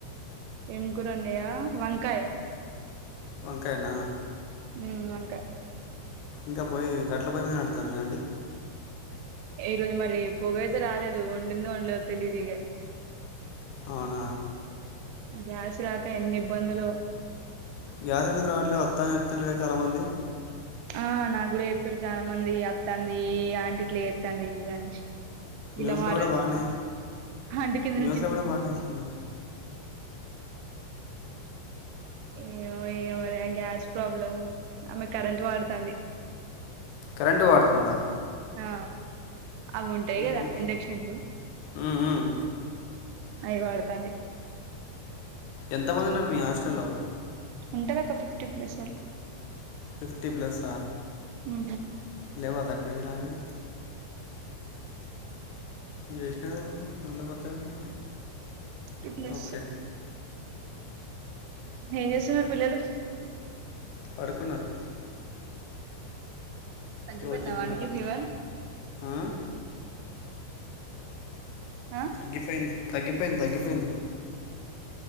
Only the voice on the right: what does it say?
ఏంగురున్నాయా వంకాయ
హ్మ్మ్ వంకాయ
ఈ రోజు మళ్ళీ పొగ అయితే రాలేదు వండింద వండలేదు తెలీదిగ
గ్యాసు రాక ఎన్ని ఇబ్బందులో
ఆ నాకు కూడా చెప్పారు చాలా మంది అత్తంది ఆంటిట్లో ఎస్తుంది అనేసి
ఇలా మాట్లా
అంటి కింద
నుంచి
ఏయ్యో ఏయ్యో అద గ్యాస్ ప్రాబ్లమ్ ఆమె కరెంట్ వాడుతాంది
ఆ అవి ఉంటాయి
కదా ఇండక్షన్లు
అఐ వడుతాంది
ఉంటారు ఓక్క ఫిఫ్టీ ప్లేస్ వరకు
ఉ
ఫిఫ్టీ ప్లస్
ఏం చేస్తున్నారు పిల్లలు
తగ్గిపోయిందా
పోయిందా వానికి
ఫీవర్
ఆ